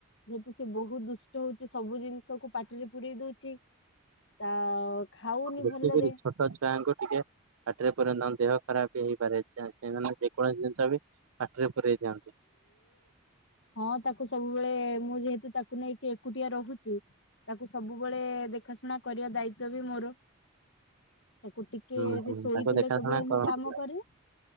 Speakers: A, on the left; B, on the right.
A: ଯେହେତୁ ସେ ବହୁତ ଦୁଷ୍ଟ ହଉଛି ସବୁ ଜିନିଷକୁ ପାଟିରେ ପୂରେଇ ଦଉଛି। ତା ଖାଉନି
B: ଦେଖିକରି
A: ଭଲରେ
B: ଛୋଟ ଛୁଆଙ୍କୁ ଟିକେ ପାଟିରେ ପୁରନ୍ତ ଦେହ ଖରାପ ହେଇପାରେ। ସେମାନେ ଯେକୌଣସି ଜିନିଷ ବି ପାଟିରେ ପରେଇ ଦିଅନ୍ତି।
A: ହଁ ତାକୁ ସବୁବେଳେ ମୁଁ ଯେହେତୁ ତାକୁ ନେଇକି ଏକୁଟିଆ ରହୁଛି। ତାକୁ ସବୁବେଳେ ଦେଖାଶୁଣା କରିବା ଦାୟିତଵ ବି ମୋର ତାକୁ ଟ କି
B: ହୁଁ ହୁଁ
A: ସେ ଶୋଇଥିଲେ
B: ତାକୁ ଦେଖାଶୁଣା
A: କେବଳ
B: କରନ୍ତୁ
A: ମୁଁ କାମ କରେ।